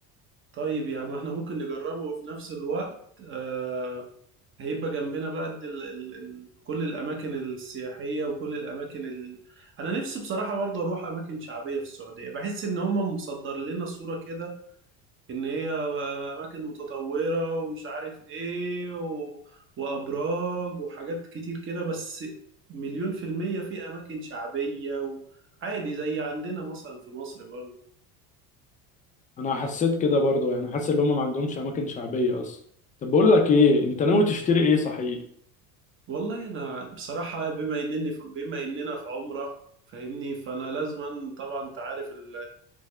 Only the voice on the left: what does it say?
انا حسيت كده برضو يعني حاسس ان هم ما عندهمش اماكن شعبية اصلا طب بقول لك ايه انت ناوي تشتري ايه صحيح